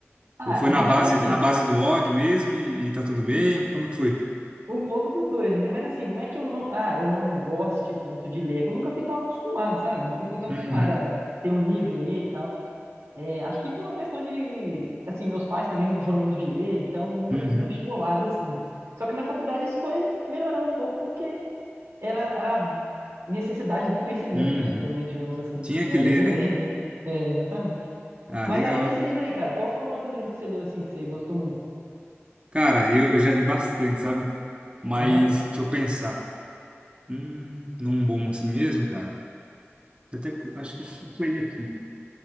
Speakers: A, on the right; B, on the right.
A: Ah,
B: Ou foi
A: digamos
B: na base
A: assim,
B: na base do ódio mesmo e, e tá tudo bem? Como que foi?
A: um pouco dos dois, né? Mas assim, não é que eu não, ah, eu não goste tanto de ler, é que eu nunca fui tão acostumado, sabe? Nunca fui tão
B: Uhum.
A: acostumado a ter um livro e ler e tal. É, acho que por uma questão de, assim, meus pais também nunca foram muito de ler, então nunca
B: Uhum.
A: fui tão estimulado assim. Só que na faculdade isso foi melhorando um pouco porque era, era a necessidade do conhecimento,
B: Uhum.
A: né? Também, digamos assim.
B: Tinha
A: E
B: que
A: aí
B: ler,
A: eu ia
B: né?
A: lendo, né? É, exatamente.
B: Ah,
A: Mas
B: legal.
A: além desse livro aí, cara, qual foi um outro livro que você leu assim que você gostou muito?
B: Cara, eu, eu já li bastante, sabe? Mas
A: Aham.
B: deixa eu pensar. Hum, num bom assim mesmo, cara. Eu até cu- acho que eu tô com ele aqui.